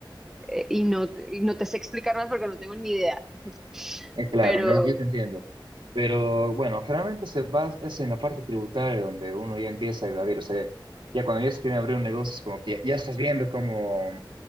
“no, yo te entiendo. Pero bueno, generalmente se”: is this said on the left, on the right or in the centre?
Right